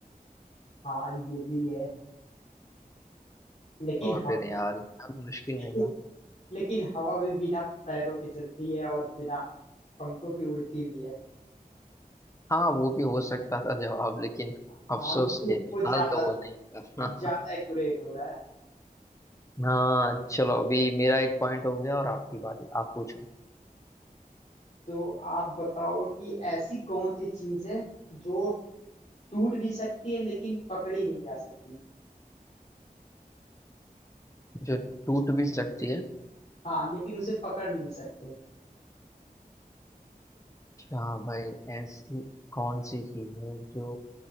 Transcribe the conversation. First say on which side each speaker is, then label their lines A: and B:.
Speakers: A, on the left; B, on the left.
A: हाँ ये भी है लेकिन
B: तो
A: हवा
B: फिर यार यार मुश्किल
A: लेकिन,
B: नहीं था
A: लेकिन हवा भी बिना पैरों के चलती है और बिना पंखों की उड़ती भी है
B: हाँ वो भी हो सकता था जवाब लेकिन
A: हाँ
B: अफसोस
A: लेकिन
B: के फिलहाल
A: वो ज्यादा
B: तो वो नहीं था
A: ज्यादा एक्यूरेट हो रहा है
B: <laughs> हाँ चलो अभी मेरा एक पॉइंट हो गया और आपकी बारी आप पूछो
A: तो आप बताओ कि ऐसी कौन सी चीज है जो टूट भी सकती है लेकिन पकड़ी नहीं जा सकती
B: जो टूट भी सकती है
A: हाँ लेकिन उसे पकड़ नहीं सकते
B: अच्छा भाई ऐसी कौन सी चीज है जो